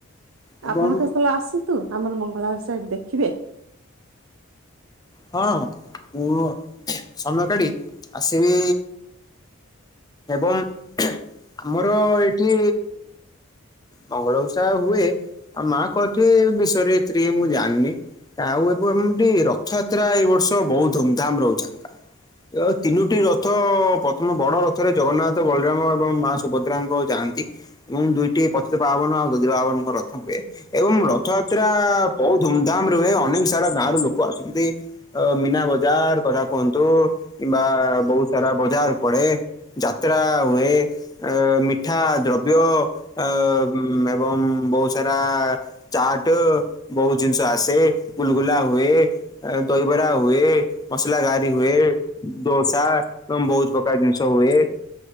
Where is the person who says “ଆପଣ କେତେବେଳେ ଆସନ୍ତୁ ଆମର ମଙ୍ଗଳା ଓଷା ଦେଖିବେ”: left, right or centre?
Right